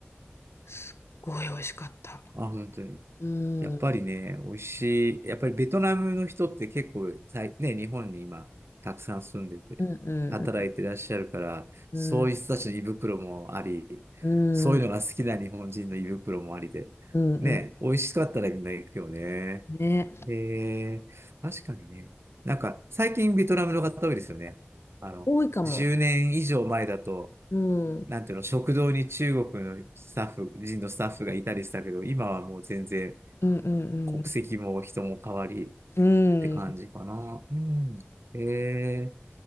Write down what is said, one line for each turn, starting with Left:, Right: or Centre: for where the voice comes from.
Left: すっごい美味しかった。
Right: ー、あ、本当に。
Left: うん、
Right: やっぱりね、
Left: うん、
Right: 美味しい。やっぱりベトナムの人って結構、さいね、日本に今、たくさん住んでて、
Left: うん、
Right: 働いてらっしゃるから、
Left: うん、
Right: そういう人たちの胃袋もあり、
Left: う
Right: そういうのが好きな日本人の胃袋もありで、
Left: ん、うんう
Right: ね、美味しかったらみんな行くよね。
Left: んね。
Right: へえ、確かにね。なんか、最近ベトナムの方多いですよね。あの、
Left: 多いかも。
Right: 10年以上前だと、
Left: うん、うん、
Right: なんていうの、食堂に中国のスタッフ、人のスタッフがいたりしたけど、今はもう全然、
Left: うん、
Right: 国籍も人も変わりって感じかな。
Left: うん。うん
Right: うん。ええ、